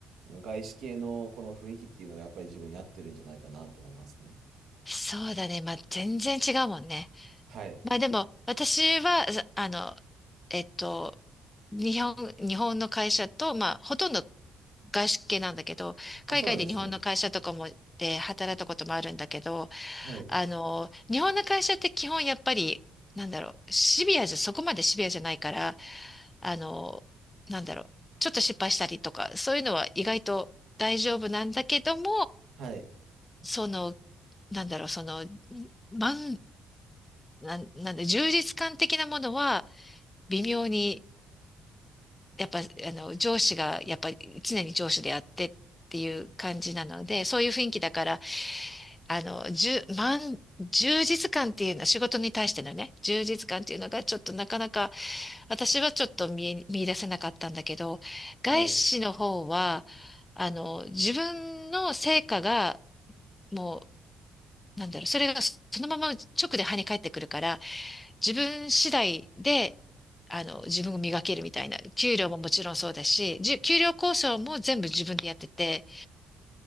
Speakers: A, on the right; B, on the left.
A: あの外資系のこの雰囲気っていうのがやっぱり自分に合ってるんじゃないかなと思いますね。
B: そうだね。まあ、全然違うもんね。
A: はい。
B: まあでも、私は、ざあの、えっと、日本、日本の会社と、まあ、ほとんど外資系なんだけど、海外で日本の会社とかもで働いたこともあるんだけど、
A: あ、そうなんですね。はい。
B: あの、日本の会社って基本やっぱり、なんだろう、シビアじゃ、そこまでシビアじゃないから、あの、なんだろう、ちょっと失敗したりとか、そういうのは意外と大丈夫なんだけども、
A: はい。
B: その、なんだろう、その、満、なん、なんだ、充実感的なものは、微妙に、やっぱ、あの、上司が、やっぱり常に上司であってっていう感じなので、そういう雰囲気だから、あの、じゅ、満、充実感っていうのは、仕事に対してのね、充実感っていうのが、ちょっとなかなか、私はちょっと見え、見出せなかったんだけど、
A: はい。
B: 外資の方は、あの、自分の成果が、もう、なんだろう、それがそのまま直で跳ね返ってくるから、自分次第で、あの、自分を磨けるみたいな、給料ももちろんそうだし、じゅ給料交渉も全部自分でやってて、